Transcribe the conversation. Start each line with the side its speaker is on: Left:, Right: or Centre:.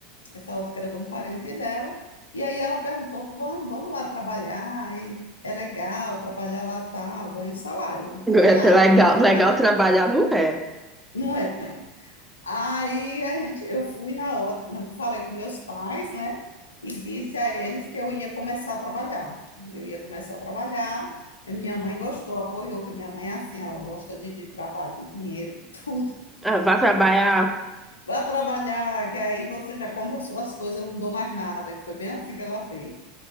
Left: Essa ótica era de um parente dela. E aí ela perguntou: "Vamos, vamos lá trabalhar? E é legal trabalhar lá tal, ganha um salário". Ganhava
Centre: É até legal,
Left: um salário.
Centre: legal trabalhar, não é?
Left: Não é Aí a gente, eu fui na ótica, falei com meus pais, né? E disse a eles que eu ia começar a trabalhar. Eu ia começar a trabalhar. E Minha mãe gostou, apoiou, que minha mãe é assim, ela gosta de, de trabalho, de dinheiro, de tudo.
Centre: Ah, vai trabalhar.
Left: Vai trabalhar, que aí você já compra suas coisas, eu não dou mais nada, que foi bem assim que ela fez.